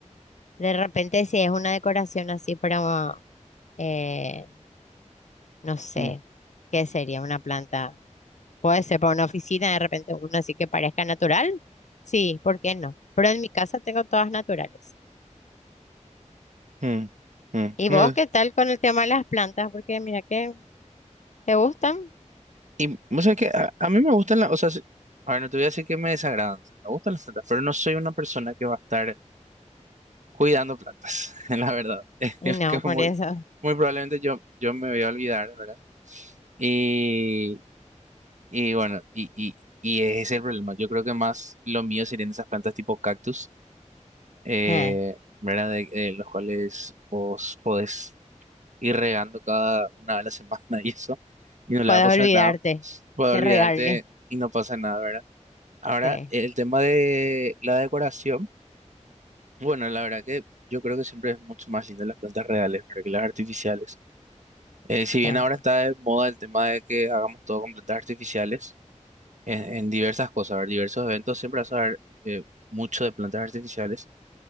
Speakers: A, on the left; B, on the right.
A: De repente, si es una decoración así para, eh, no sé,
B: mm,
A: ¿qué sería una planta? Puede ser para una oficina, de repente una así que parezca natural. Sí, ¿por qué no? Pero en mi casa tengo todas naturales.
B: mm, mm.
A: ¿Y
B: No,
A: vos qué tal con el tema de las plantas? Porque mira que te gustan
B: y vos sabés que a, a mí me gustan las, o sea, si- a ver, no te voy a decir que me desagradan, o sea, me gustan las plantas, pero no soy una persona que va a estar cuidando plantas, <laughs> la verdad. <laughs>
A: y
B: Es
A: no,
B: que
A: por
B: muy,
A: eso.
B: muy probablemente yo, yo me voy a olvidar, ¿verdad? Y, y bueno, y, y, y ese es el problema. Yo creo que más lo mío serían esas plantas tipo cactus. eh,
A: <laughs> eh,
B: ¿verdad? De, eh, los cuales vos podés ir regando cada una vez a la semana <laughs> y eso, y no le
A: puedes
B: va a pasar
A: olvidarte
B: nada. puedo
A: de
B: olvidarte
A: regarle.
B: y no pasa nada, ¿verdad? Ahora,
A: Sí,
B: el tema de la decoración, bueno, la verdad que yo creo que siempre es mucho más lindo las plantas reales, ¿verdad? Que las artificiales. Eh, si bien
A: siempre.
B: ahora está de moda el tema de que hagamos todo con plantas artificiales, en, en diversas cosas, ¿verdad? Diversos eventos siempre vas a ver eh, mucho de plantas artificiales.